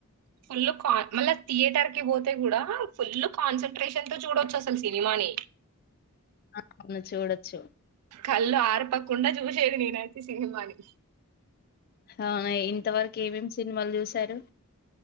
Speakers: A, on the right (about 85°); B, on the left (about 45°).
A: ఫుల్ కాన్ మళ్ళీ థియేటర్ కి పోతే కూడా ఫుల్ కాన్సన్ట్రేషన్ తో చూడొచ్చు అసలు సినిమాని
B: ఆ అవ్ను చూడచ్చు
A: కళ్ళు ఆరపకుండా చూసేది నేనైతే సినిమాని
B: అ ఇంతవరకు ఏమేమి సినిమాలు చూసారు